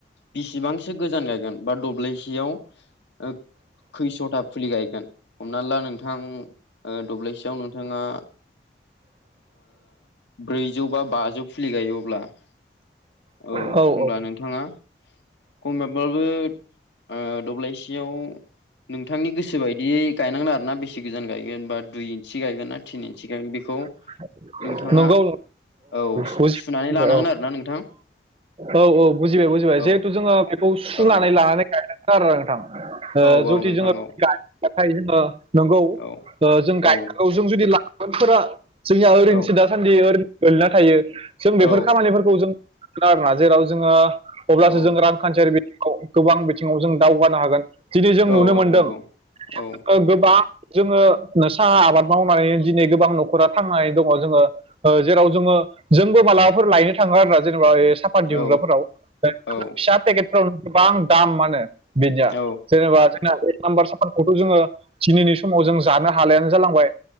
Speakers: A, on the left; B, on the right.
A: बेसिबांसो गोजान गायगोन बा दब्लायसेयाव ओ खैसथा फुलि गायगोन हमना ला नोंथां ओ दब्ललिसेयाव नोंथाङा ब्रैजौ बा बाजौ खुलि गायो अब्ला औ होनब्ला
B: औ औ
A: नोंथाङा खमाब्लाबो ओ दब्लायसेयाव नोंथांनि गोसो बायदियै गायनांगोन आरोना बेसे गोजान गायगोन बा दुइ इन्सि गायगोन ना थिन इन्सि गायगोन बेखौ
B: <inaudible>
A: नोंथाङा
B: नंगौ
A: औ सु-सुनानै
B: बुजिबाय
A: लानांगोन
B: औ
A: आरोना नोंथां।
B: औ औ बुजिबाय बुजिबाय
A: औ
B: जिहेथु जोङो बेखौ सुनानै
A: औ औ
B: लानानै गायनांगोन आरो नोंथां ओ
A: औ
B: जुदि
A: औ नोंथां
B: जोङो
A: औ
B: गायबाथाय जोङो नंगौ ओ
A: औ
B: जों गायनांगौ
A: औ
B: जों जुदि लागोनफोरा जोंया ओरैनोसो
A: औ
B: दासान्दि ओरैनो गोलैना थायो जों बेफोर
A: औ
B: खामानिफोरखौ जों आरोना जेराव जोङो अब्लासो
A: औ
B: जों रां खान्थियारि बिथिङाव गोबां बिथिङाव जों दावगानो हागोन। दिनै जों
A: औ
B: नुनो
A: औ
B: मोनदों
A: नंगौ औ
B: ओ गोबां जोङो साहा आबाद मावनानै दिनै गोबां न'खरा थांनानै दङ जोङो ओ जेराव जोङो जोंबो मालाबाफोर लायनो थाङो आरोना जेनेबा सा फाद दिहुनग्राफोराव
A: औ
B: फिसा
A: औ
B: टेकेटफोराव गोबां दाम मा होनो बिनिया
A: औ
B: जेनाबा जोंना एक नाम्बार साफानखौथ जोङो दिनैनि समाव जों जानो हालेयानो जालांबाय